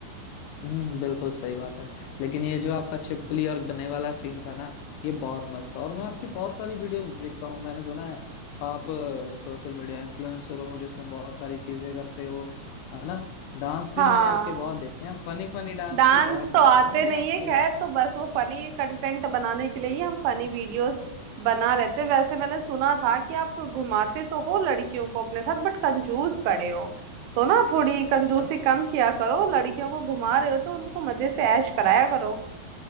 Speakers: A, on the left; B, on the right.
A: हम्म बिल्कुल सही बात है लेकिन ये जो आपका छिपकली और गन्ने वाला सीन था ना ये बहुत मस्त था और मैं आपकी बहुत सारी वीडियोस देखता हूँ मैंने सुना है आप सोशल मीडिया इन्फ्लुएंसर हो जिसमें बहुत सारी चीजें करते हो है ना डांस भी
B: हाँ
A: मैंने आपके बहुत देखे हैं फनी फनी डांस
B: डांस
A: भी बहुत देखे
B: तो आते
A: हैं मैंने
B: नहीं
A: आपके
B: है खैर तो बस वो फनी कंटेंट बनाने के लिए ही हम फनी वीडियोस बना लेते हैं। वैसे मैंने सुना था कि आप घुमाते तो हो लड़कियों को अपने साथ बट कंजूस बड़े हो तो ना थोड़ी कंजूसी
A: ऐस,
B: कम किया करो लड़कियों को घुमा रहे हो तो उनको मजे से ऐश कराया करो